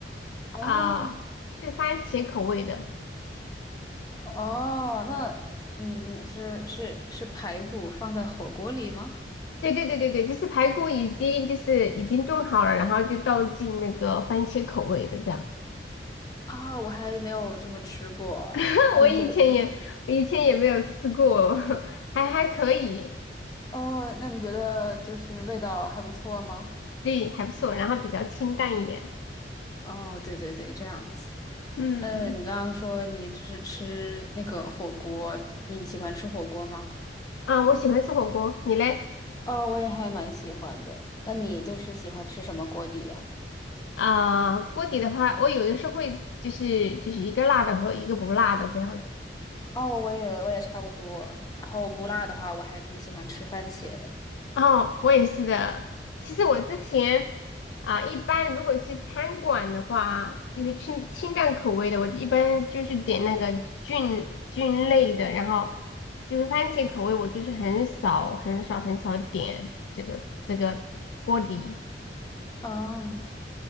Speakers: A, on the left; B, on the left.
A: 哦，
B: 啊，是番茄口味的。
A: 哦，那嗯，你是是是排骨放在火锅里吗？
B: 对对对对对，就是排骨已经就是已经炖好了，然后就倒进那个番茄口味的这样。
A: 啊、我还没有这么吃过。
B: <laughs>
A: 那你觉得，
B: 我以前也我以前也没有吃过，<laughs> 还还可以，
A: 哦，那你觉得就是味道还不错吗？
B: 对，还不错，然后比较清淡一点。
A: 哦，对对对，这样子。
B: 嗯，
A: 嗯，你刚刚说你只是吃那个火锅，你喜欢吃火锅吗？
B: 啊，我喜欢吃火锅，你嘞？
A: 哦，我也还蛮喜欢的。那你就是喜欢吃什么锅底呀？
B: 啊，锅底的话，我有的时候会就是就是一个辣的和一个不辣的这样子。
A: 哦，我也我也差不多。然后不辣的话，我还挺喜欢吃番茄的。
B: 哦，我也是的。其实我之前啊，一般如果去餐馆的话，就是清清淡口味的，我一般就是点那个菌菌类的，然后就是番茄口味，我就是很少很少很少点这个这个锅底。
A: 哦，